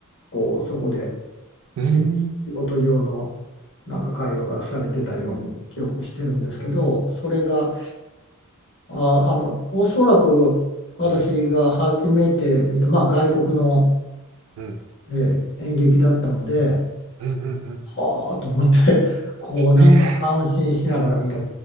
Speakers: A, on the left; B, on the right.
A: こうそこで
B: うん
A: し仕事上のなんか会話がされてたように記憶してるんですけどそれが
B: ええ
A: あ、あのおそらく私が初めて見た、
B: うん、
A: まあ、外国の、
B: うん、うん、
A: えー演劇だったので。
B: うん、うん。
A: はあと思って、<laughs> こうなんか感心しながら見た
B: ええ